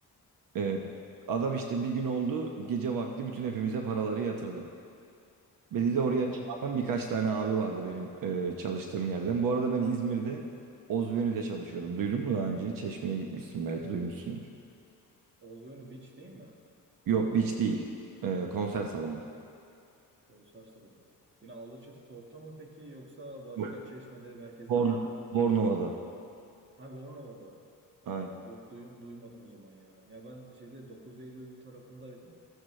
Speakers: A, on the right; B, on the right.
A: Ee,
B: Hı hı.
A: adam işte bir gün oldu gece vakti bütün hepimize paraları yatırdı. Beni de oraya
B: Ha,
A: çağıran
B: en
A: birkaç tane abi vardı benim e, çalıştığım yerden. Bu arada ben İzmir'de Ozvenü'de çalışıyordum. Duydun mu daha önce? Çeşme'ye gitmişsin belki duymuşsundur.
B: Ozgönü Beach değil mi?
A: Yok beach değil. Ee, konser salonu.
B: Kolossal salonu. Yine Alaçatı Port'a mı peki yoksa başka
A: Yok.
B: Çeşme'de merkezde
A: Born
B: bir yer mi?
A: Bornova'da.
B: Abi Bornova'da. Aa,
A: Aynen.
B: yok duy- duymadım o zaman ya. Ya ben şeyde 9 Eylül tarafındaydım.